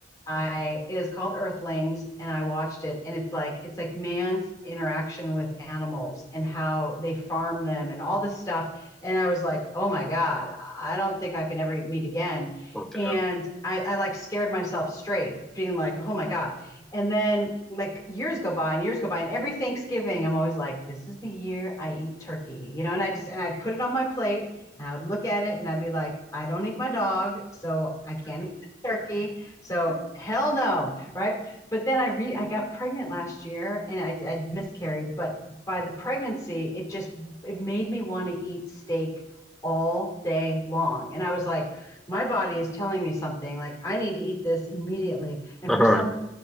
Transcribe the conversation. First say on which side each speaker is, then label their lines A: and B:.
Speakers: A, on the left; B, in the centre.
A: I it is called Earthlings, and I watched it, and it's like it's like man's interaction with animals and how they farm them and all this stuff. And I was like, oh my god, I don't think I can ever meet again.
B: oh damn.
A: And I, I like scared myself straight, being like, oh my god. And then like years go by and years go by, and every Thanksgiving, I'm always like, this is the year I eat turkey, you know. And I just and I'd put it on my plate, and I would look at it, and I'd be like, I don't eat my dog, so I can't eat turkey so hell no, right? But then I re I got pregnant last year and I, I miscarried, but by the pregnancy, it just it made me want to eat steak all day long. And I was like, my body is telling me something like I need to eat this immediately. And
B: <laughs> uh
A: for
B: huh.
A: some